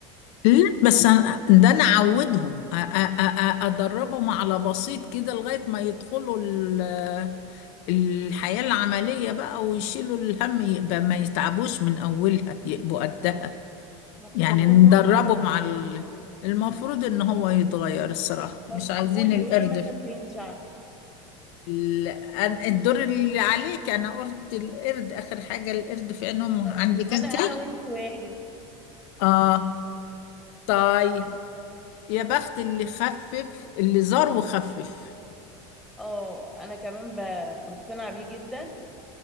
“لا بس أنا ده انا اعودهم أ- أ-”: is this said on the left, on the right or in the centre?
Left